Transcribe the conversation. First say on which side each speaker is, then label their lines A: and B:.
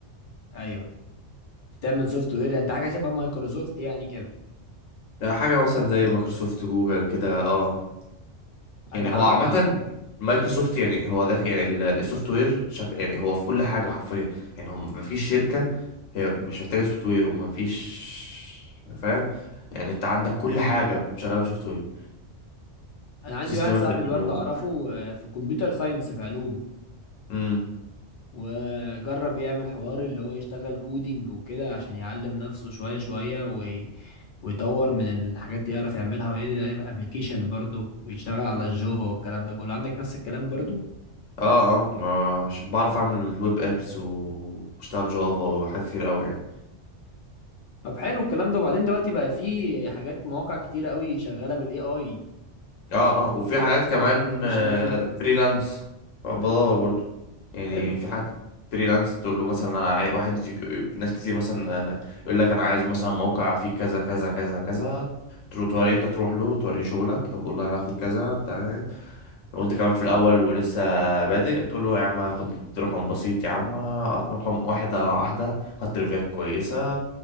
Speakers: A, on the left; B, on the left.
A: ايوه بتعمل سوفت وير انت حاجه شبه مايكروسوفت يعني كده
B: لا حاجة مثلا زي مايكروسوفت جوجل كده اه
A: انا
B: يعني هو عامة مايكروسوفت يعني هو ده يعني ال- السوفت وير شغ... يعني هو في كل حاجة حرفيا يعني هم مفيش شركة هي مش محتاجة سوفت وير ومفيش فاهم يعني انت عندك كل حاجة شغالة بسوفت وير
A: انا عندي
B: سيستمات
A: واحد صاحبي
B: البنوك
A: برضه اعرفه آه، في كمبيوتر ساينس في علوم
B: امم
A: وجرب يعمل حوار اللي هو يشتغل كودينج وكده عشان يعلم نفسه شويه شويه وي... ويطور من الحاجات اللي يعرف يعملها ويعمل ابلكيشن برضه ويشتغل على الجافا والكلام ده كله عندك نفس الكلام برضه
B: اه اه ما- بعرف اعمل الويب ابس وبشتغل جافا وحاجات كتير قوي يعني
A: طب حلو الكلام ده وبعدين دلوقتي بقى في حاجات مواقع كتيره قوي شغاله بالاي اي
B: اه اه وفي حاجات كمان
A: ممكن تشتغل فيها
B: فريلانس فبدور برضو يعني
A: حلو
B: في حاجات فريلانس تقول له مثلا انا عاي... واحد في... ناس كتير مثلا آه، يقول لك انا عايز مثلا موقع فيه كذا كذا كذا كذا ترو توري انت تروح له توريه شغلك طب والله انا هاخد كذا تمام لو انت كمان في الاول ولسه بادئ تقول له يا عم هاخد رقم بسيط يا عم آه، رقم واحدة واحدة خدت ريفيوهات كويسة